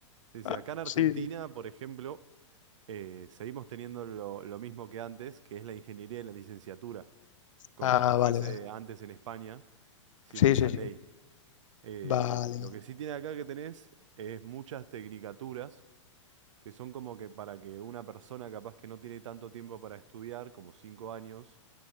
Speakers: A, on the right; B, on the left.
A: sí, sí.
B: Ah,
A: Acá en Argentina,
B: sí. sí.
A: por ejemplo, eh, seguimos teniendo lo, lo mismo que antes, que es la ingeniería y la licenciatura, como
B: Ah,
A: si fuese
B: vale, vale.
A: antes en España, sin
B: Sí,
A: esa
B: sí, sí.
A: ley. Eh,
B: Vale,
A: lo
B: vale.
A: que sí tiene acá que tenés es muchas tecnicaturas que son como que para que una persona capaz que no tiene tanto tiempo para estudiar, como cinco años,